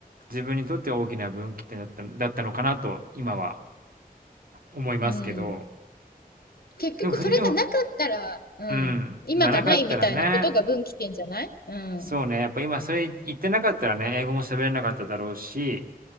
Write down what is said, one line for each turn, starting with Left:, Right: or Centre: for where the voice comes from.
Right: 自分にとって大きな分岐点だった、だったのかなと、今は思いますけど。
Left: うん。結局それがなかったら、
Right: でも、フリーでも、
Left: うん。
Right: うん。
Left: 今がないみたいなことが分岐点じゃないうん。
Right: まあ、なかったらね、そうね、やっぱ今それ言ってなかったらね、英語も喋れなかっただろうし、